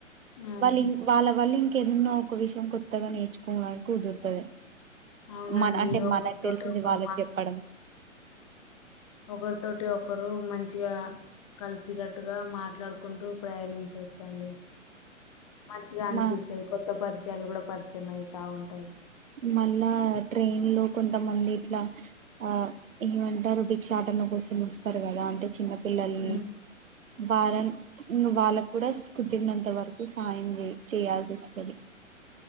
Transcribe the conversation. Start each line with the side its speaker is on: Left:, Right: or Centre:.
Left: అవును
Right: వాళ్ళు వాళ్ళ వల్ల ఇంకెన్నో ఒక విషయం కొత్తగా నేర్చుకోవడానికి కుదురుతది.
Left: అవునండి
Right: మన అంటే
Left: ఒకరితోటి
Right: మనక్ తెలిసింది
Left: ఒకరు
Right: వాళ్ళకి చెప్పడం
Left: ఒకరి తోటి ఒకరు మంచిగా కలిసిగట్టుగా మాట్లాడుకుంటూ ప్రయాణించ వచ్చండి. మంచిగా అనిపిస్తది
Right: మా
Left: కొత్త పరిచయాలు కూడా పరిచయం అయితా ఉంటాయి.
Right: మళ్ళా ట్రైన్ లో కొంతమంది ఇట్లా ఆ ఏమంటారు బిక్ష ఆటనకోసం వస్తారు కదా అంటే చిన్నపిల్లల్ని.
Left: హ్మ్
Right: వారన్ ప్చ్ ఇంగ వాళ్ళక్ కూడా కుదిరినంత వరకు సాయం చే చేయాల్సి వస్తది.